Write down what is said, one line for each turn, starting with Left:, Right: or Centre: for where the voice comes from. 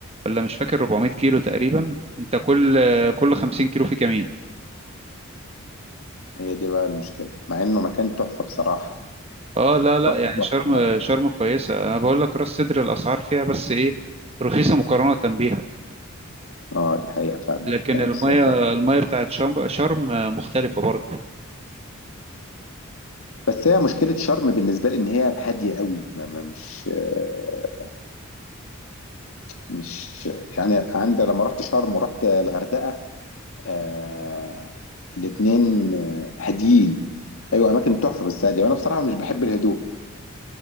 Right: ولا مش فاكر 400 كيلو تقريبا انت كل آه، كل 50 كيلو في كمين
Left: هي دي بقى المشكله مع انه مكان تحفه بصراحه
Right: اه لا لا
Left: تحفه
Right: يعني
Left: تحفه
Right: شرم
Left: يعني.
Right: شرم كويسه انا بقول لك راس سدر الاسعار فيها بس ايه رخيصه مقارنه بيها
Left: اه دي حقيقه فعلا
Right: لكن
Left: لا
Right: الميه
Left: بس هو تحفة.
Right: الميه بتاعت شرم شرم آه، مختلفه برضه
Left: بس هي مشكله شرم بالنسبه لي ان هي هاديه قوي ما ما مش آه، مش يعني عندي لما رحت شرم ورحت الغردقه آه الاثنين هاديين ايوه اماكن تحفه بس هاديه وانا بصراحه مش بحب الهدوء